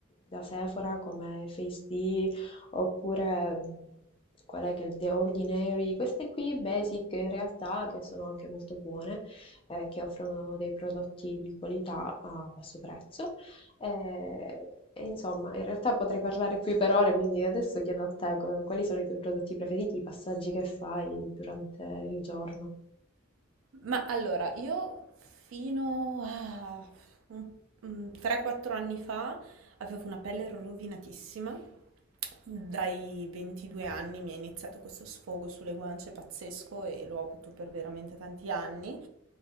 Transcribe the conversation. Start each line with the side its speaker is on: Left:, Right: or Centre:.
Left: da Sephora come Face D oppure mh, qual è che è il The Ordinary, queste qui basic in realtà che sono anche molto buone, eh, che offrono dei prodotti di qualità a basso prezzo. Eh, E, insomma, in realtà potrei parlare qui per ore, quindi adesso chiedo a te co- quali sono i tuoi prodotti preferiti, i passaggi che fai durante il giorno.
Right: Ma allora, io fino a un- un 3-4 anni fa avevo una pelle rovinatissima. Dai 22 anni mi è iniziato questo sfogo sulle guance pazzesco e l'ho avuto per veramente tanti anni.